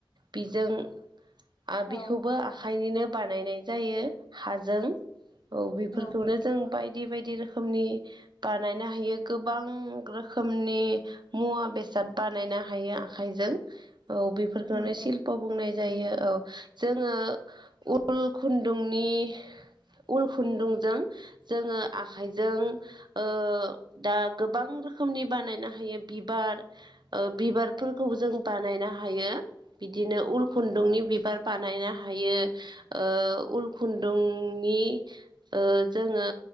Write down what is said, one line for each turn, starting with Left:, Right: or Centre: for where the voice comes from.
Right: बेजों आ
Left: औ
Right: बेखौबो आखाइनिनो बानायनाय जायो हा जों औ बेफोरखौनो
Left: औ
Right: जों बाय बायदि बायदि रोखोमनि बानायनो हायो गोबां रोखोमनि मुवा बेस साद बानायनो हायो आखाइजों। औ बेफोरखौनो
Left: नंगौ
Right: शिल्प' बुंनाय जायो औ जोङो उ ल खुन्दुंनि उल खुन्दुंजों जोङो आखाइजों ओ दा गोबां रोखोमनि बानायनो हायो बिबार ओ बिबारफोरखौबो जों बानायनो हायो बिदिनो उलखुन दुंनि बिबार बानायनो हायो ओ उल खुन्दुंनि ओ जोङो।